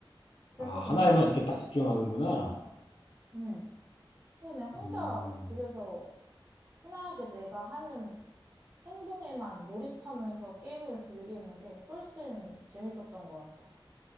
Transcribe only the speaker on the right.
그래서
그냥,
음, 그냥 혼자
집에서 편하게 내가 하는 행동에만 몰입하면서 게임을 즐기는 게 훨씬 재밌었던 것 같아.